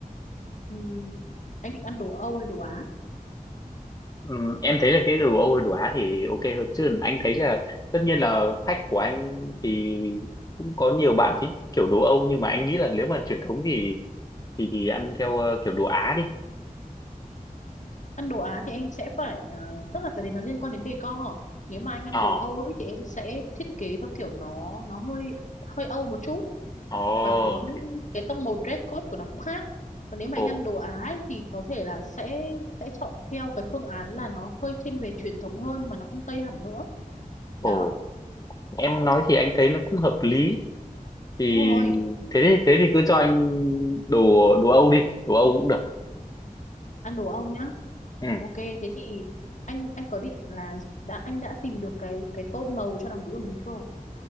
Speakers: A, on the left; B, on the left.
A: Ừm, anh định ăn đồ Âu hay đồ Á
B: ừ, em thấy là cái đồ Âu hay đồ Á thì ok hơn chứ anh thấy là tất nhiên là khách của anh thì cũng có nhiều bạn thích kiểu đồ Âu nhưng mà anh nghĩ là nếu mà truyền thống thì thì thì ăn theo ờ, kiểu đồ Á đi
A: ăn đồ Á thì em sẽ phải ờ, tức là cái đấy nó liên quan đến decor nếu mà anh ăn
B: ờ
A: đồ Âu ấy, thì em sẽ thiết kế theo kiểu nó nó hơi hơi Âu một chút
B: ồ
A: và có cái tông màu dress code của nó cũng khác còn nếu mà
B: ồ
A: anh ăn đồ Á ấy, thì có thể là sẽ sẽ chọn theo cái phương án là nó hơi thiên về truyền thống hơn mà nó không Tây hẳn nữa đó
B: ồ em nói thì anh thấy nó cũng hợp lý thì
A: đúng rồi
B: thế thì thế thì cứ cho anh đồ đồ Âu đi đồ Âu cũng được
A: ăn đồ Âu nhá
B: ừ
A: ok thế thì anh anh có định là đã anh đã tìm được cái cái tông màu cho đám cưới của mình chưa